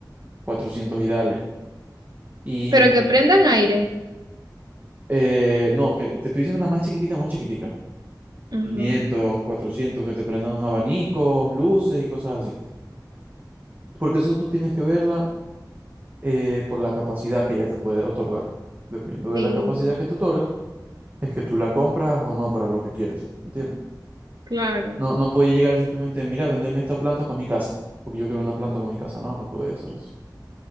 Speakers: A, on the right; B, on the right.
A: 400 y dale. Y
B: Pero
A: bu-
B: que prendan aire.
A: eh, no, que te estoy diciendo las más chiquiticas, más chiquiticas.
B: Ajá.
A: quinientos, 400 que te prendan abanicos, luces y cosas así. Porque eso tú tienes que verla eh, por la capacidad que ella te puede otorgar. Dependiendo
B: Sí,
A: de la capacidad que te otorga, Es que tú la compras o no para lo que quieres, ¿entiendes?
B: claro.
A: No, no podía llegar simplemente, mira, vendeme esta planta para mi casa, porque yo quiero una planta para mi casa. No, no podía hacer eso.